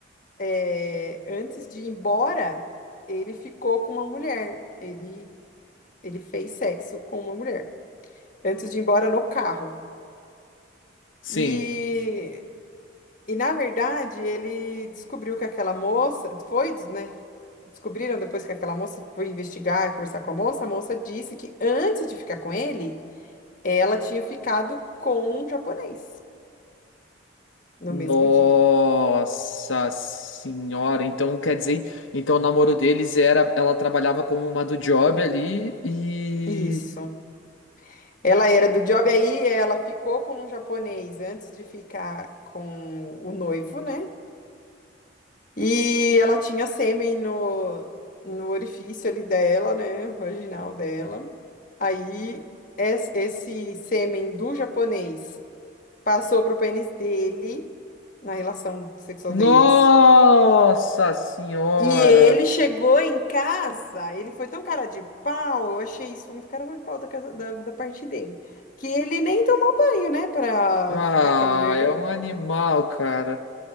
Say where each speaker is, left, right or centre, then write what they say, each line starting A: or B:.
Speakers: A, on the left (about 45°); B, on the left (about 80°).
A: é, antes de ir embora, ele ficou com uma mulher. Ele, ele fez sexo com uma mulher. Antes de ir embora no carro.
B: Sim.
A: E, e na verdade, ele descobriu que aquela moça. Foi, né? Descobriram depois que aquela moça foi investigar, conversar com a moça. A moça disse que antes de ficar com ele, ela tinha ficado com um japonês no
B: Nossa
A: mesmo dia.
B: senhora. Então quer dizer, então o namoro deles era. Ela trabalhava como uma do job ali e.
A: Isso. Ela era do job, aí ela ficou com um japonês antes de ficar com o noivo, né? E ela tinha sêmen no, no orifício ali dela, né? Vaginal dela. Aí es- esse sêmen do japonês passou pro pênis dele, na relação sexual
B: Nossa
A: deles.
B: senhora.
A: E ele chegou em casa, ele foi tão cara de pau, eu achei isso foi muito cara de pau da, casa- da, da parte dele, que ele nem tomou banho, né, pra
B: Ah,
A: ficar com a mulher
B: é
A: dele,
B: um
A: porque...
B: animal, cara.